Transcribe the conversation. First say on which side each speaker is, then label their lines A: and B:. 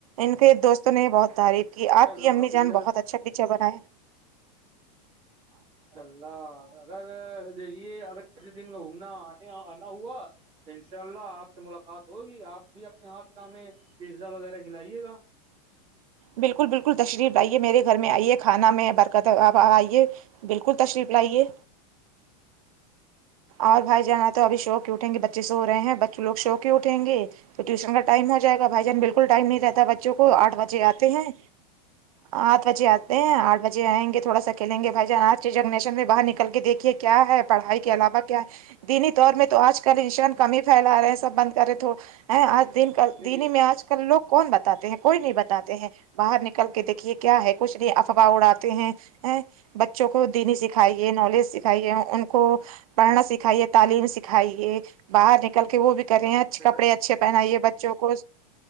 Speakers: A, on the right; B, on the right.
A: ان کے دوستوں نے بہت تعریف کی آپ
B: اللہ
A: کی امی جان
B: دیجیے
A: بہت
B: گا
A: اچھا پکچر بنائے
B: چلہ اگر دیکھیے اگر ک دن میں گھومنا آنے آنا ہوا انشاء اللہ آپ سے ملاقات ہوگی آپ بھی اپنے ہاتھ کا ہم میں پیزا وغیرہ کھلائیے گا
A: بالکل بالکل تشریف آئیے میرے گھر میں آئیے کھانا میں برکت آئیے بالکل تشریف لائیے اور بھائی جانا تو اب شوق اٹیں گے بچے سے ہو رہے ہیں بچوگ شوق ہی اٹھیں گے تو ٹیوشن کا ٹائم ہو جائے گا بھائی جان بالکل ٹائم نہیں رہتا بچوں کو آھ بجے آتے ہیں آ بجے آتے ہیں آھ بجے آئیں گے تھوا سا کھیل گے بھائی جان آج جنگ نشن میں بر نکل کے دیکھیے کہ کیا ہے پڑھائی کے علاوہ کیا ہے دینی دور میں تو آج کل انسان کمی پھیلا رہے ہیں سب بند کرے تھ آج د
B: دیکھیے
A: دین ہی میں آج ک لوگ کون بتاتے ہیں کوئی نہیں بتاتے ہیں باہر نکل کے دیکھیے کیا ہے کچھ نہیں افواہ اڑاتے ہیں بچوں کو دینی سکھائیے نالج سکھائیے ان کو پڑھنا سکھائیے تعلیم سکھائیے باہر نکل کے وہ بھی کرے ہیں
B: بے
A: کپڑے اچھے پہنے بچوں کو